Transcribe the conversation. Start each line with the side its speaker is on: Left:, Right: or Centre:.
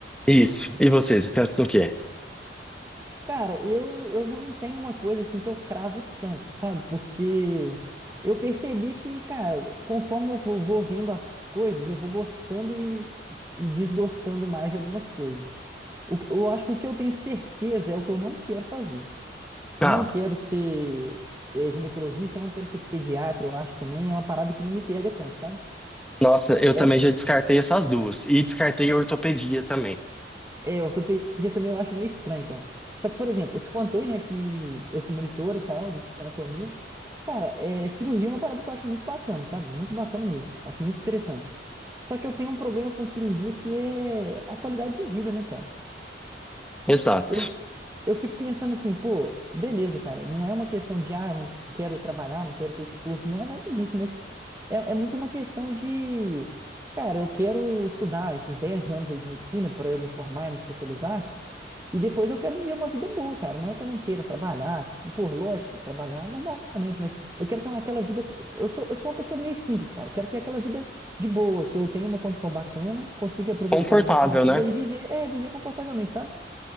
Centre: Isso. E vocês, pensam no quê?
Right: Cara, eu, eu já não tenho uma coisa assim que eu cravo tanto, sabe? Porque eu percebi que, cara, conforme eu vou, vou vendo as coisas, eu vou gostando e, e desgostando mais de algumas coisas. O que- eu acho que o que eu tenho certeza é o que eu não quero fazer.
Centre: Ah,
Right: Não quero ser eh, ginecologista, não quero ser pediatra, eu acho também. É uma parada que não me pega tanto, sabe?
Centre: nossa, eu
Right: É,
Centre: também já descartei essas duas. E descartei a ortopedia também.
Right: é, ortopedia também eu acho meio estranho, cara. Só que, por exemplo, eu te contei, né, que eu sou monitor e tal, de anatomia. Cara, é, cirurgia é uma parada que eu acho muito bacana, sabe? Muito bacana mesmo. Acho muito interessante. Só que eu tenho um problema com cirurgia que é a qualidade de vida, né, cara?
Centre: Exato.
Right: Eu, eu fico pensando assim, pô, beleza, cara. Não é uma questão de, ah, eu não quero trabalhar, eu não quero ter esforço. Não é nada disso, mas é, é muito uma questão de, cara, eu quero estudar esses 10 anos aí de medicina para eu me formar e me especializar. E depois eu quero viver uma vida boa, cara. Não é que eu não queira trabalhar, pô, lógico, trabalhar normalmente, mas eu quero ter uma- aquela vida. Eu sou, eu sou uma pessoa meio simples, cara. Eu quero ter aquela vida de boa, que eu tenha uma condição bacana, consiga aproveitar
Centre: Confortável,
Right: da minha família
Centre: né?
Right: e viver, é, viver confortavelmente, sabe?